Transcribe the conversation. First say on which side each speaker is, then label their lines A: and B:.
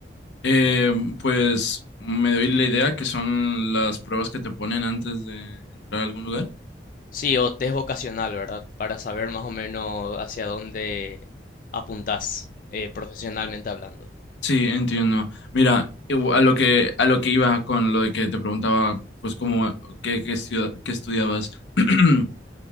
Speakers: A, on the left; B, on the left.
A: Eh, pues me doy la idea que son las pruebas que te ponen antes de entrar a algún lugar.
B: Sí, o test vocacional, ¿verdad? Para saber más o menos hacia dónde apuntás eh, profesionalmente hablando.
A: Sí, entiendo. Mira, igu- a lo que, a lo que iba con lo de que te preguntaba, pues cómo, qué, qué estu- qué estudiabas. <clears throat>